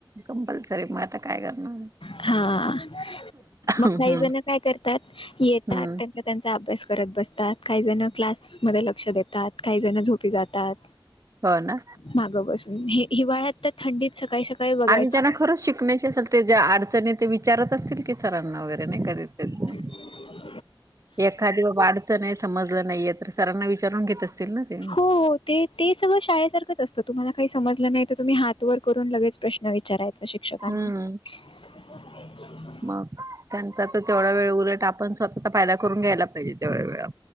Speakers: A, on the right; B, on the left.
A: कंपल्सरी येत मग आता काय करणार.
B: हा मग
A: हम्म
B: काही
A: हम्म
B: जण काय करतात येतात,
A: हम्म
B: त्यांचा अभ्यास करत बसतात, काहीजण क्लासमध्ये लक्ष देतात काही जण झोपी जातात.
A: हो ना
B: मागं बसून ही हिवाळ्यात तर थंडीत सकाळी सकाळी, बघायचं
A: आणि ज्यांना खरंच शिकण्याची सध्या ज्या अडचणी ए ते विचारत असतील की सरांना नाही कधी तर-
B: हू <inaudible>
A: एखादी बाबा अडचणे समजलं नाहीये तर सरांना विचारून घेत असतील ना. ते
B: हो ते- ते सगळं शाळेसारखच असतं तुम्हाला काही समजलं नाही तर तुम्ही हात वर करून लगेच प्रश्न विचारायचा शिक-
A: हम्म
B: <inaudible>
A: मग त्यांचा तर तेवढा वेळ उलट आपण स्वतःचा फायदा करून घ्यायला पाहिजे तेवढा वेळ,